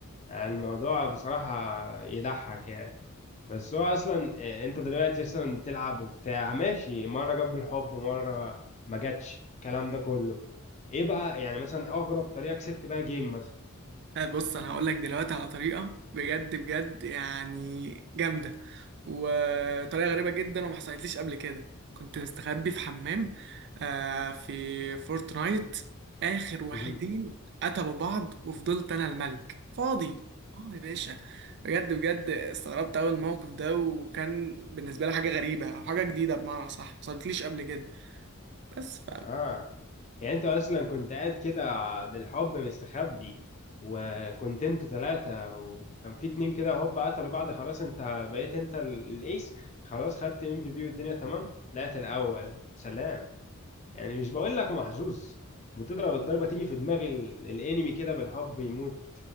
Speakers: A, on the left; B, on the right.
A: يعني الموضوع بصراحة يضحك يعني بس هو اصلا آه، انت دلوقتي اصلا بتلعب وبتاع ماشي مرة جت بالحب مرة ما جاتش الكلام ده كله ايه بقى يعني مثلا اغرب طريقة كسبت بقى جيم مثلا
B: آه، بص انا هقول لك دلوقتي على طريقه بجد بجد يعني جامده وطريقه غريبه جدا وما حصلتليش قبل كده كنت مستخبي في حمام آه في فورتنايت اخر واحدين
A: مهم.
B: قتلوا بعض وفضلت انا الملك فاضي اه يا باشا بجد بجد استغربت اول الموقف ده وكان بالنسبه لي حاجه غريبه او حاجه جديده بمعنى صح ما حصلتليش قبل كده بس
A: اه يعني انت اصلا كنت قاعد كده ع- بالحب مستخبي وكنت انتوا ثلاثة وكان في اتنين كده هوب قتلوا بعض خلاص انت بقيت انت ال- الايس خلاص خدت ام في بي والدنيا تمام طلعت الاول سلام يعني مش بقول لك محظوظ بتضرب الضربة تيجي في دماغ ال- الانمي كده بالحب يموت